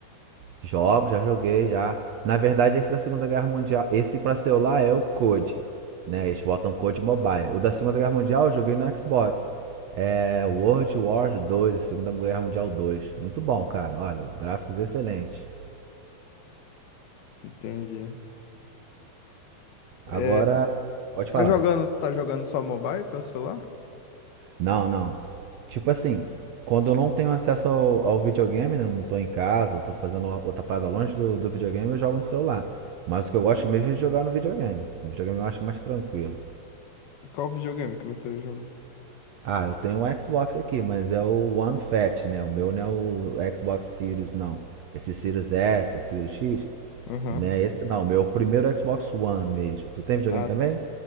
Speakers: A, on the right (about 75°); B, on the left (about 90°).
A: Jogo, já joguei, já. Na verdade, esse da Segunda Guerra Mundial, esse pra celular é o COD, né? Eles botam COD Mobile. O da Segunda Guerra Mundial eu joguei no Xbox. É World War 2, Segunda Guerra Mundial 2. Muito bom, cara. Olha, gráficos excelentes.
B: Entendi.
A: Agora,
B: É...
A: pode
B: Tu tá
A: falar.
B: jogando, tu tá jogando só mobile pelo celular?
A: Não, não. Tipo assim, quando eu não tenho acesso ao, ao videogame, né, eu não tô em casa, eu tô fazendo outra parada longe do, do videogame, eu jogo no celular. Mas o que eu gosto mesmo é de jogar no videogame. No videogame eu acho mais tranquilo.
B: Qual videogame que você joga?
A: Ah, eu tenho um Xbox aqui, mas é o One Fat, né? O meu não é o Xbox Series, não. Esse Series S, Series X,
B: Aham.
A: né? Esse não, o meu é o primeiro Xbox One mesmo. Tu tem videogame
B: Ah,
A: também?